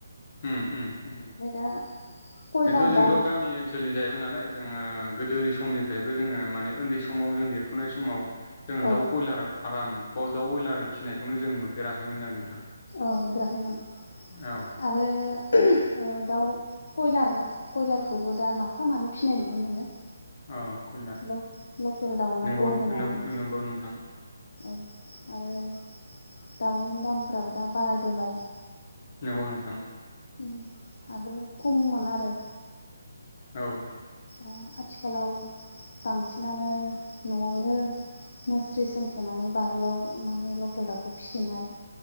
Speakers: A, on the left (about 40°); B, on the left (about 70°).
A: उम उम
B: ओमफ्राय दा कयलार
A: ओरैनोथ' जोंथ'
B: दाउ
A: गामि ओनसोल सोलनि जाहैबाय नालाय जोङो गोदोनि समनिफ्रायबो जोङो माने उन्दै समाव जों देरफुनाय समाव जों
B: औ
A: दाउ बयलार फार्म बाव दाउ बयलार फिनायखौनो जों नुफेराखैमोन आरो नोंथां।
B: औ नुफेराखैमोन
A: औ
B: आरो ओ दाउ कयलार कयलारखौबो दा माफा मानै फिनाय नुनो मोनो।
A: औ कुइलार
B: ल-लकेल दाउनो
A: नंगौ
B: गहोनानै
A: नंगौ नोंथां
B: औ आरो दाउनि दामफोराबो दा बारायबोबाय
A: नंगौ नोंथां।
B: ओम आगोल खममोन आरो
A: औ
B: दा आथिखालाव बांसिनानो न'आवनो मुस्रि सोमथेनानै बारियाव माने लकेल दाउखौ फिसिनाय